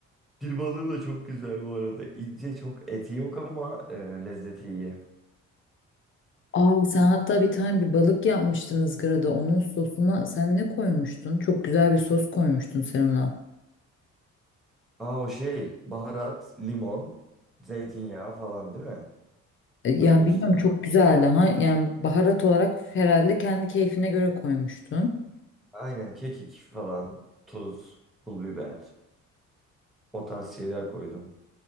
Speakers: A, in the centre; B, on the left.
A: dil balığı da çok güzel bu arada. İnce çok eti yok ama e, lezzeti iyi.
B: Aa, sen hatta bir tane bir balık yapmıştın ızgarada. Onun sosuna sen ne koymuştun? Çok güzel bir sos koymuştun sen ona.
A: Aa o şey baharat, limon, zeytinyağı falan değil mi?
B: E, Yani
A: Öyle üstüne.
B: bilmiyorum çok güzeldi.
A: <laughs>
B: Ha, yani baharat olarak herhalde kendi keyfine göre koymuştun.
A: Aynen kekik falan, tuz, pul biber o tarz şeyler koydum.